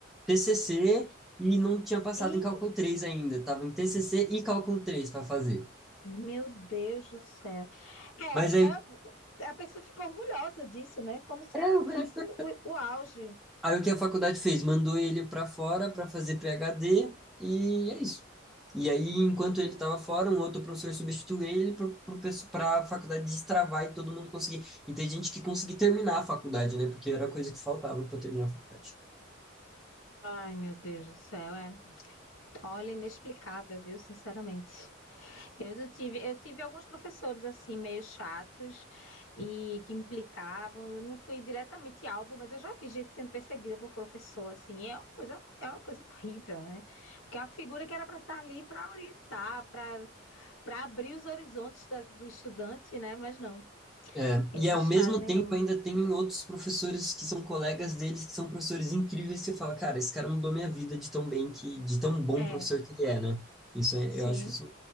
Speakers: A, in the centre; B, on the left.
A: TCC e não tinha passado
B: E,
A: em cálculo 3 ainda. Tava em TCC e cálculo 3 para fazer.
B: meu Deus do céu. É,
A: Mas aí,
B: é, a pessoa ficou orgulhosa disso, né? Como se
A: é,
B: fosse
A: ele ficou.
B: o, o auge.
A: Aí o que a faculdade fez? Mandou ele para fora para fazer PhD e é isso. E aí, enquanto ele estava fora, um outro professor substituiu ele para a faculdade destravar e todo mundo conseguir. E tem gente que conseguiu terminar a faculdade, né? Porque era a coisa que faltava para terminar a faculdade.
B: Ai, meu Deus do céu, é. Olha, inexplicável, viu? Sinceramente. Eu não tive, eu tive alguns professores assim meio chatos e que implicavam. Eu não fui diretamente alvo, mas eu já vi gente sendo perseguida por professor assim. É uma coisa, é uma coisa horrível, né? Porque é uma figura que era para estar ali para orientar, para para abrir os horizontes da- do estudante, né? Mas não,
A: É,
B: eles
A: e ao mesmo
B: fazem.
A: tempo
B: um-
A: ainda tem outros professores que são colegas deles, que são professores incríveis, que você fala, cara, esse cara mudou minha vida de tão bem que, de tão bom
B: É,
A: professor que ele é, né? Isso é-
B: sim,
A: eu acho isso